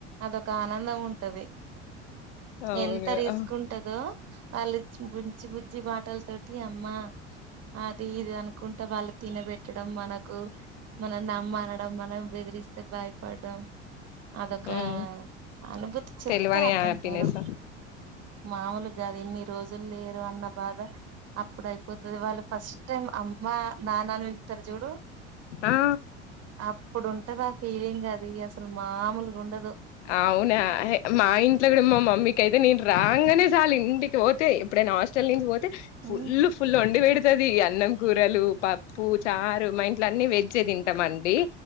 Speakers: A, on the right; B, on the left.
A: అదొక ఆనందం ఉంటు
B: అవును
A: ఎంత రిస్క్
B: ఆ
A: ఉంటాదో వాళ్ళు గుంచి <unintelligible> బజ్జి బుజ్జి మాటల తోటి అమ్మా అది ఇది అనుకుంటా వాళ్ళకి తినబెట్టడం మనకు మనం నమ్మనడం మనం బయపడ్డం అదొక
B: హ్మ్
A: అనుభూతి చెప్తే
B: తెలవని
A: అర్థం
B: హ్యాపీనెస్
A: కాదు మామూలుగా కాదు ఇన్ని రోజులు లేరు అన్న బాధ అప్పుడు అయిపోతది వాళ్ళు ఫస్ట్ టైమ్ అమ్మా నాన్నను పిలుతారు చూడు
B: ఆ
A: అపు ఉంటదా ఫీలింగ్ అది అసలు మామూలుగా ఉండదు
B: అవునా మా ఇంట్లో కూడా మా మమ్మీకి అయితే నేను రాంగానే చాలు ఇంటికి పోతే ఇప్పుడైనా హాస్ చల్లింది పోతే ఫుల్
A: ఉమ్
B: ఫుల్ వాన్డి పేడ్ వస్తది అన్నం కూరలు పప్పు చారు మా ఇంట్ల అన్నిీ వెజ్జే తింటామ అండి